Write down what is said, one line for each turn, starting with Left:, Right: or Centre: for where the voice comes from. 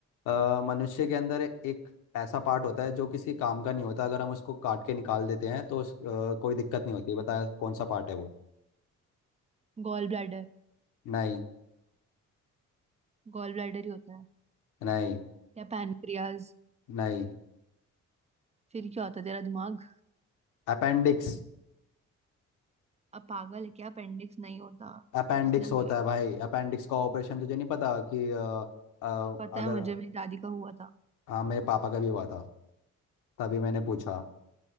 Left: अ, मनुष्य के अंदर एक ऐसा पार्ट होता है जो किसी काम का नहीं होता अगर हम उसको काट के निकाल देते हैं तो उस, अ, कोई दिक्कत नहीं होती बताया कौन सा पार्ट है वो
Right: Gall bladder
Left: नहीं
Right: गॉल ब्लैडर ही होता है
Left: नहीं
Right: क्या पैनक्रियाज
Left: नहीं
Right: फिर क्या होता है तेरा दिमाग
Left: अपेंडिक्स
Right: अब पागल है क्या अपेंडिक्स नहीं होता
Left: अपेंडिक्स
Right: किसने
Left: होता
Right: बोला है
Left: है भाई अपेंडिक्स का ऑपरेशन तुझे नहीं पता कि अ, अ,
Right: पता
Left: अगर
Right: है मुझे मेरी दादी का हुआ था
Left: हाँ मेरे पापा का भी हुआ था तभी मैंने पूछा